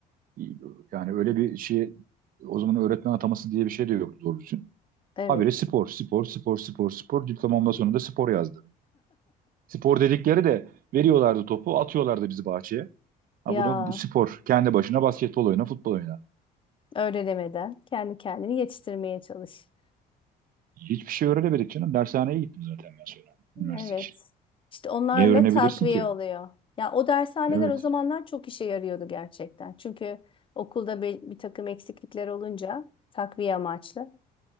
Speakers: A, on the right; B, on the left.
A: e, yani öyle bir şey o zaman öğretmen ataması diye bir şey de yoktu doğru düzgün.
B: Evet.
A: Habire spor, spor, spor, spor, spor. Diplomamda sonunda spor yazdı. Spor dedikleri de veriyorlardı topu, atıyorlardı bizi bahçeye. Ha
B: Ya
A: bunu bu spor, kendi başına basketbol oyna, futbol oyna.
B: öyle demeden kendi kendini yetiştirmeye çalış.
A: Hiçbir şey öğrenemedik canım. Dershaneye gittim zaten ben sonra üniversite
B: Evet.
A: için.
B: İşte onlarla
A: Ne öğrenebilirsin
B: takviye
A: ki?
B: oluyor. Ya o dershaneler
A: Evet.
B: o zamanlar çok işe yarıyordu gerçekten. Çünkü okulda bir, bir takım eksiklikler olunca takviye amaçlı.